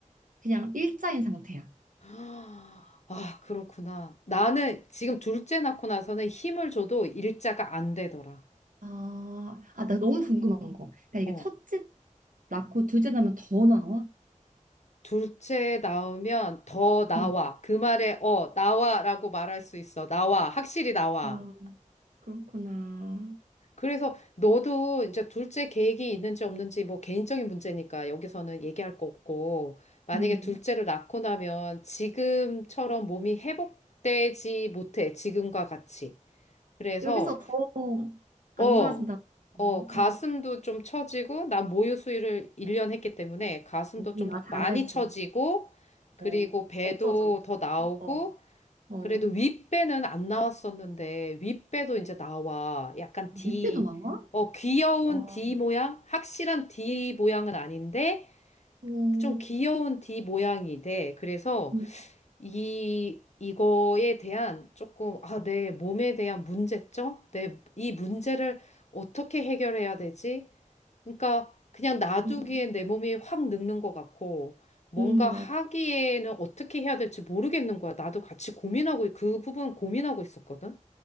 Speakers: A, on the right; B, on the left.
A: 그냥 일자인 상태야.
B: 아, 아, 그렇구나. 나는 지금 둘째 낳고 나서는 힘을 줘도 일자가 안 되더라.
A: 아, 아, 나 너무 궁금한 거. 그러니까 이게
B: 어.
A: 첫째 낳고 둘째 낳으면 더 나와?
B: 둘째 나오면 더 나와.
A: 응.
B: 그 말에 어, 나와라고 말할 수 있어. 나와. 확실히 나와.
A: 아, 그렇구나.
B: 그래서 너도 이제 둘째 계획이 있는지 없는지 뭐 개인적인 문제니까 여기서는 얘기할 거 없고 만약에
A: 음.
B: 둘째를 낳고 나면 지금처럼 몸이 회복되지 못해. 지금과 같이. 그래서
A: 여기서 더
B: 어,
A: 안 좋아진다.
B: 어, 가슴도
A: 어,
B: 좀 처지고, 나 모유 수유를 1년 했기 때문에 가슴도
A: 언니
B: 좀
A: 나 잘
B: 많이
A: 알지.
B: 처지고, 그리고
A: 어,
B: 배도
A: 없어져.
B: 더 나오고,
A: 어, 어,
B: 그래도 윗배는 안 나왔었는데, 윗배도 이제 나와. 약간 D,
A: 윗배도 나와?
B: 어, 귀여운
A: 어,
B: D 모양? 확실한 D 모양은 아닌데,
A: 음,
B: 좀 귀여운 D 모양이 돼. 그래서,
A: 음,
B: 이, 이거에 대한 조금, 아, 내 몸에 대한 문제점? 내, 이 문제를 어떻게 해결해야 되지? 그러니까 그냥 놔두기에
A: 음,
B: 내 몸이 확 늙는 것 같고, 뭔가
A: 음,
B: 하기에는
A: 맞아.
B: 어떻게 해야 될지 모르겠는 거야. 나도 같이 고민하고, 그 부분 고민하고 있었거든?